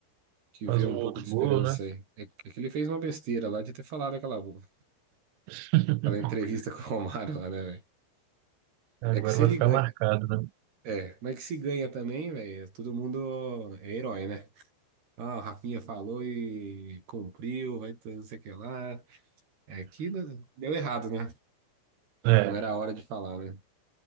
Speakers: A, on the right; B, on the right.
A: Que
B: faz
A: vê
B: um
A: um
B: outro
A: pouco de esperança
B: gol, né?
A: aí. É que é que ele fez uma besteira lá de ter falado aquela, aquela
B: <laughs>
A: entrevista <laughs> com o Romário lá, né, velho?
B: Agora
A: É que se
B: vai
A: ele
B: ficar
A: ganha.
B: marcado, né?
A: É, mas é que se ganha também, velho, todo mundo é herói, né? Ah, o Rafinha falou e cumpriu, vai ter não sei o que lá. É que não- deu errado, né?
B: É,
A: Não era a hora de falar, né?